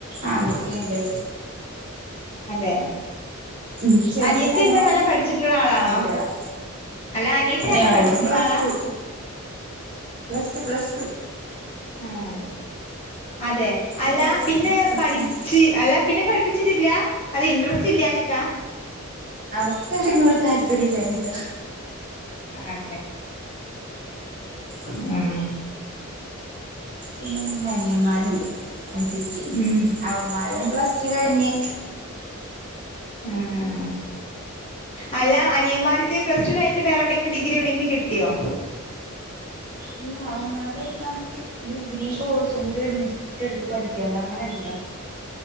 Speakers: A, on the right; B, on the left.
A: ആൺകുട്ടിയുണ്ട്
B: അതെ
A: ഉം ചെറുത്
B: അനിയത്തി
A: രണ്ടും
B: എന്താ നല്ല പഠിച്ചിട്ടുള്ള ആളാണോ
A: ആൺകുട്ടികളാ
B: അല്ല അനിയത്തെ
A: ഏ
B: തന്നെ
A: അവളും
B: പഠിച്ചിട്ടുള്ള
A: പ്ലസ്
B: ആളാ
A: ടു പ്ലസ് ടു പ്ലസ്
B: ആഹ അതെ
A: ഇപ്പൊ
B: അല്ല
A: കൊറച്ച്
B: പിന്നെ
A: കൊറച്ച്
B: പഠിച്ച് അല്ലാ പിന്നെ പഠ ിച്ചിട്ടില്ല അത് ഇൻട്രസ്റ്റ് ഇല്ലഞ്ഞിട്ടാ
A: അവക്ക അതനോട് താല്പര്യം ഇല്ല അനിത
B: അതെ
A: ആ
B: ഉം
A: പിന്നെ രണ്ട് അനിയന്മാരുണ്ട് അദ്യക്ക് അടീക്ക്
B: ഉം
A: അവന്മാരും പ്ലസ്ടു കഴിഞ്ഞ്
B: ഉം അല്ല അനിയമാർക്ക് പ്ലസ് ടു കഴിഞ്ഞിട്ട് വേറെ എവിടെയെങ്കിലും ഡിഗ്രി എവിടെയെങ്കിലും കിട്ടിയോ
A: പിന്ന അവന്മാര് നമുക്ക് ഡിഗ്രിയും കോഴ്സും കൂടി ഒരുമിച്ച എടുത്ത് പഠിക്കാലോ അങ്ങനെ ഉണ്ടല്ലോ